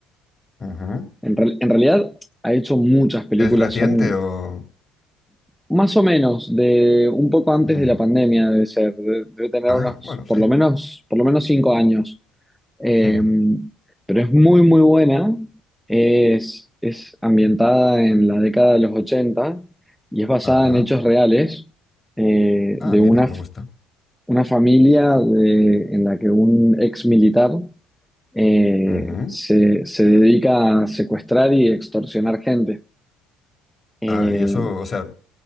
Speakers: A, on the left (about 35°); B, in the centre.
A: ujú.
B: En, real- en realidad ha hecho muchas películas,
A: ¿Es reciente
B: son
A: o...?
B: Más o menos, de un poco antes
A: Mm,
B: de la pandemia debe ser, de- debe tener
A: Ah,
B: unos,
A: bueno,
B: por
A: sí.
B: lo menos, por lo menos cinco años. Eh,
A: Mm,
B: pero es muy, muy buena. Es, es ambientada en la década de los 80 y es basada
A: Ajá.
B: en hechos reales eh,
A: Ah,
B: de
A: mira,
B: una,
A: me
B: f-
A: gusta.
B: una familia de- en la que un ex militar eh,
A: Ujú.
B: se, se dedica a secuestrar y extorsionar gente. Eh,
A: Ah, y eso, o sea,